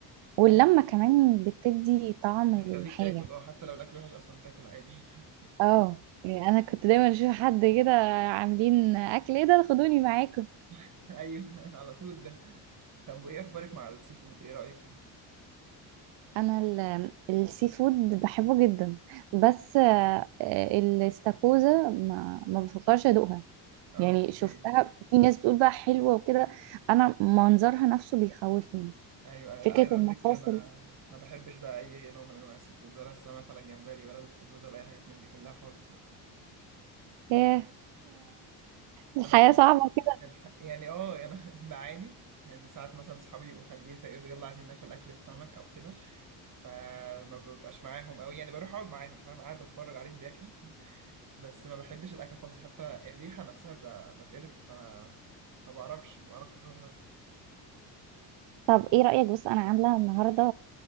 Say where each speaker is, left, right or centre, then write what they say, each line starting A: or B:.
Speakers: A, on the right; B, on the right.
A: واللمة
B: ايوه
A: كمان بتدي طعم
B: بتخليك
A: للحاجة
B: تاكل اه حتى لو الاكل وحش اصلا هتاكل عادي
A: اه يعني أنا كنت دايما أشوف حد كده عاملين أكل ايه ده خدوني معاكم
B: <laughs> ايوه على طول ده طب وايه اخبارك مع السي فود ايه رايك فيه
A: انا ال- السي فود بحبه جدا بس آه، آه، الاستاكوزا ما ما بفكرش ادوقها
B: اه
A: يعني
B: اوكي
A: شفتها في ناس بتقول بقى حلوه وكده انا منظرها نفسه بيخوفني
B: ايوه أيوة.
A: فكره
B: لا عايز اقول
A: المفاصل
B: لك انا ما بحبش بقى اي نوع من انواع السي فود ولا السمك ولا الجمبري ولا الاستاكوزا ولا اي حاجات من دي كلها خالص بقى
A: ايه الحياه
B: انا
A: صعبه كده
B: الح- يعني اه انا <laughs> بعاني يعني ساعات مثلا صحابي يبقوا خارجين فيقولوا يلا عايزين ناكل اكلة سمك او كده فما ببقاش معاهم قوي يعني بروح اقعد معاهم فاهم قاعد بتفرج عليهم بياكلوا <laughs> بس ما بحبش الاكل خالص حتى الريحة نفسها ب- بتقرف فانا ما بعرفش ما بعرفش خالص اكل
A: طب ايه رايك بص انا عامله النهارده